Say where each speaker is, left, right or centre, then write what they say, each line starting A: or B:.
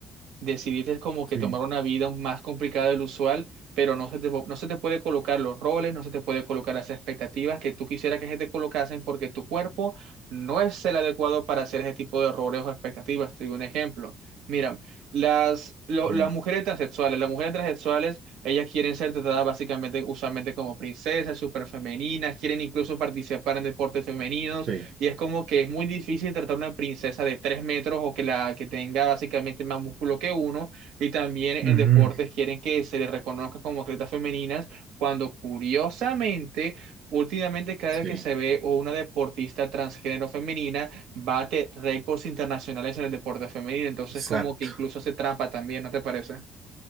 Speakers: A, on the right (about 85°); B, on the right (about 40°).
A: decidiste como que
B: sí,
A: tomar una vida más complicada del usual, pero no se te, no se te puede colocar los roles, no se te puede colocar las expectativas que tú quisieras que se te colocasen porque tu cuerpo no es el adecuado para hacer ese tipo de roles o expectativas. Te digo un ejemplo. Mira, las, lo-
B: ya,
A: las mujeres transexuales, las mujeres transexuales, ellas quieren ser tratadas básicamente, usualmente como princesas, súper femeninas, quieren incluso participar en deportes femeninos
B: sí,
A: y es como que es muy difícil tratar una princesa de tres metros o que la que tenga básicamente más músculo que uno. Y también en
B: Ujú.
A: deportes quieren que se le reconozca como atletas femeninas, cuando curiosamente, últimamente cada
B: sí,
A: vez que se ve o una deportista transgénero femenina bate récords internacionales en el deporte femenino. Entonces
B: exacto.
A: como que incluso hace trampa también, ¿no te parece?